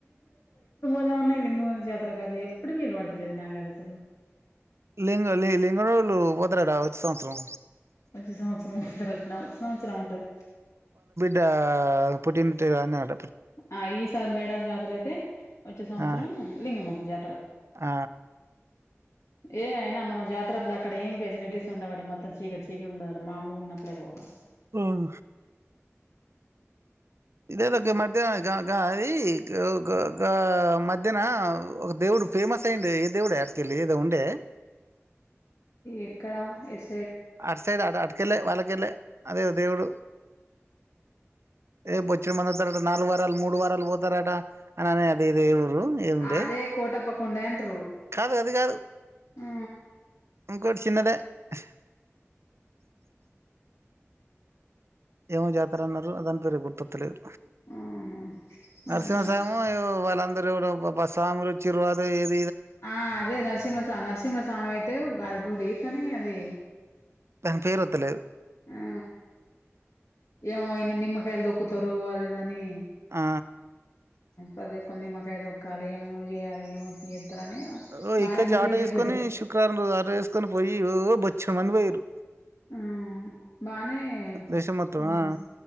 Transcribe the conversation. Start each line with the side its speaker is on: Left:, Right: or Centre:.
Left: ఎదో ఉన్నాయి లింగమం జాతర అది ఎప్పుడు విలుపడతలేదు నా అది అసల్
Right: లింగ లింగడుళ్ళు పోతారాంట వచ్ సంవచ్రం
Left: వచ్చే సంవత్సరం ఉంట రట్న వచ్చ సంవత్సరం ఉంటది
Right: డా పుత్తింట్ అన్నారు
Left: ఆ ఈసారి మేడాల జాతర అయితే వచ్చే సంవత్సరం
Right: ఆ
Left: లింగమంతల జాతర
Right: ఆ
Left: ఏ అయినా మనం జాతర అప్పుడు అక్కడ ఏం ఫెసిలిటీస్ ఉండవట మొత్తం చీకటి చీకటి ఉండదట మామూలుగా ఉన్నప్పుడే పోవాలి
Right: ఓ <inaudible> ఇదేదో గ మధ్య గ గ అది గో గ గ మధ్యన ఒక దేవుడు ఫేమస్ అయ్యిండే ఏ దేవుడు ఎ అడికేళ్ళి ఏదో ఉండే
Left: ఎక్కడ ఎట్
Right: ఆట్ సైడ్ అడ అట్కలే వాళ్ళకలే అదేవ్ దేవుడు ఏ బొచ్చ మలత్తరలే నాల్గవ తల్ మూడు వారాలు పోతారట అని అనే ఆది ఇది ఊరు ఏముండే
Left: అదే కోటప్పకొండె అంటరు
Right: కాదు అది కాదు
Left: అ
Right: ఇంకోటి <inaudible> ఏమో జాతర అన్నారు అదంత రేపు గుర్త వోత్తలేదు
Left: అవునా నాకు
Right: నరసింహ
Left: కూడా
Right: స్వామి ఏదో వల్లన్ ఇతరు ఎవడబ్బ బా స్వాములు ఎచ్చిరు అదే ఇదే ఏ <unintelligible>
Left: ఆ అదే నరిసిమ్మ స్వామి నరిసిమ్మ స్వామి తేవ్ బాగ్ గుడి కానీ అది
Right: దాని పేరు వత్తలేదు
Left: అ ఏమో ఎన్ను నిమ్మకాయల దో కుతరు అది ఇది అని
Right: అ
Left: ప్రతిఒక్కలు నిమ్మకాయ దొక్కాలి ఏమోమో చేయాలి ఏమో చేస్తారని
Right: ఓ
Left: బానే
Right: ఇక్కడ్జ
Left: వీడియోలు
Right: ఆటో
Left: చూపెట్టు
Right: ఏసుకొని శుక్రవారం రోజు ఆటో ఏసుకొని పోయి ఓ బొచ్ మంది పోయిరు
Left: ఉమ్ బానే హ్మ్
Right: దేశం మొత్తం ఆ